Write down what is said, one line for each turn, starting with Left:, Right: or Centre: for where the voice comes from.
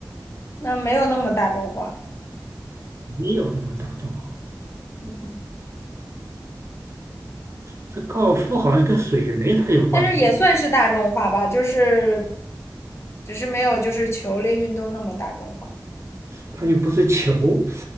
Left: 那没有那么大众化，
Right: 没有那么大众化。
Left: 嗯，
Right: 这高尔夫好像跟水没太有关系，
Left: 但是也算是大众化吧，就是只是没有就是球类运动那么大众化，
Right: 它又不是球，